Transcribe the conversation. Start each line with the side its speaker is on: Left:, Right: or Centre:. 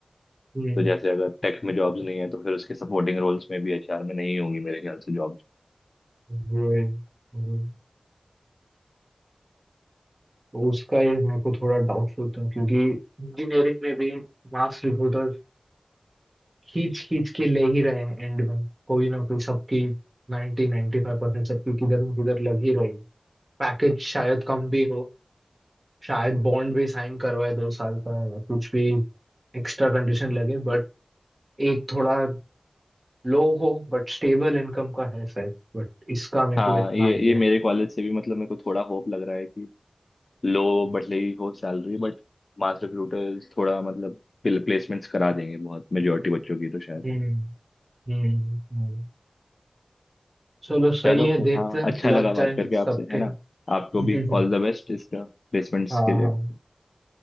Right: हम्म,
Left: तो जैसे अगर टेक में जॉब्स नहीं है तो फिर उसके सपोर्टिंग रोल्स में भी एचआर में नहीं होंगी मेरे ख्याल से जॉब्स
Right: हम्म, वही, वही। तो उसका ये मेरे को थोड़ा डाउटफुल था क्योंकि इंजीनियरिंग में भी मास रिक्रूटर खींच खींच के ले ही रहे हैं एंड में कोई ना कोई सबकी 90 नाइन्टी फाइव परसेंट सबकी किधर न किधर लग ही रही है पैकेज शायद कम भी हो शायद बॉन्ड भी साइन करवाए दो साल का या कुछ भी एक्स्ट्रा कंडीशन लगे बट एक थोड़ा लो हो बट स्टेबल इनकम का है शायद बट इसका मेरे
Left: हाँ
Right: को इतना
Left: ये
Right: आइडिया
Left: ये मेरे कॉलेज से भी मतलब मेरे को थोड़ा होप लग रहा है कि लो बट लगी हो सैलरी बट मास रिक्रूटर्स थोड़ा मतलब प्लेसमेंट्स करा देंगे बहुत मेजोरिटी बच्चों की तो शायद
Right: नहीं हम्म हम्म हम्म। चलो सही
Left: चलो
Right: है
Left: फिर
Right: देखते
Left: हाँ
Right: हैं
Left: अच्छा लगा
Right: लग
Left: बात
Right: जाए
Left: करके आपसे
Right: सबके
Left: है ना आपको
Right: <laughs>
Left: भी ऑल द बेस्ट इसका प्लेसमेंट्स
Right: हाँ
Left: के लिए
Right: हाँ